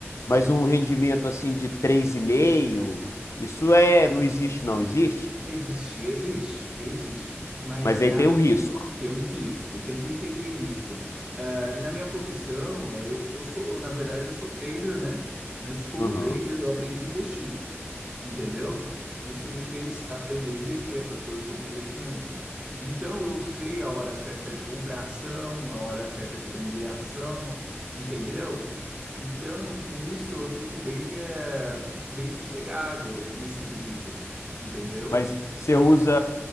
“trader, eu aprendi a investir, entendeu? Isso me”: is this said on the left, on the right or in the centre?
Right